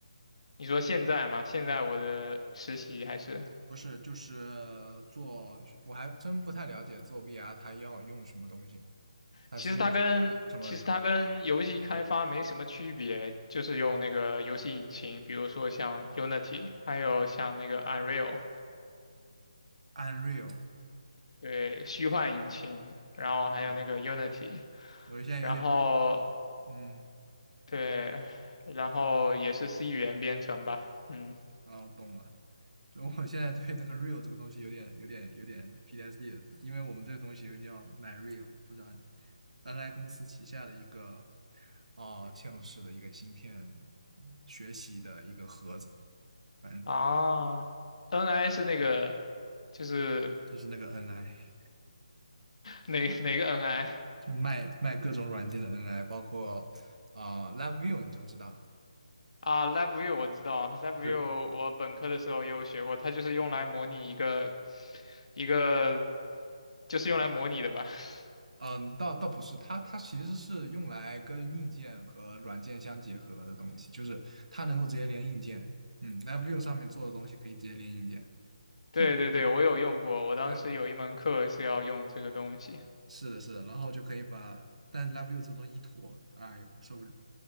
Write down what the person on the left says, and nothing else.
你说现在嘛，现在我的实习还是。
其实它跟其实它跟游戏开发没什么区别，
就是用那个游戏引擎，比如说像 Unity，还有像那个 Unreal，
对，虚幻引擎，然后还有那个
Unity，
然后
对，然后也是 C 语言编程吧，嗯
啊，NI 是那个就是
哪哪个 NI
啊？LabVIEW 我知道啊，LabVIEW
我本科的时候也有学过，它就是用来模拟一个。一个就是用来模拟的吧？<laughs>
对对对，
我有用过，我当时有一门课是要用这个东西。